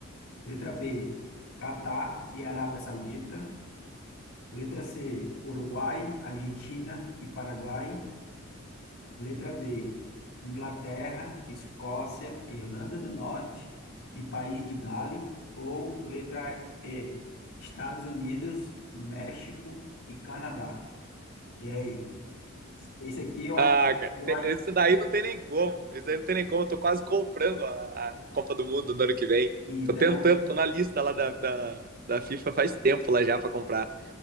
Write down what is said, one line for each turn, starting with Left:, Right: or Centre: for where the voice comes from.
Left: Letra B, Catar e Arábia Saudita. Letra C, Uruguai, Argentina e Paraguai. Letra D, Inglaterra, Escócia, Irlanda do Norte e País de Gales. Ou letra E, Estados Unidos, México e Canadá. E aí? Esse aqui eu
Right: ah,
Left: acho que
Right: cara,
Left: eu,
Right: esse daí não tem nem como. Esse daí não tem nem como. Eu tô quase comprando a, a Copa do Mundo do ano que vem.
Left: então,
Right: Tô tentando, tô na lista lá da, da, da FIFA faz tempo lá já pra comprar.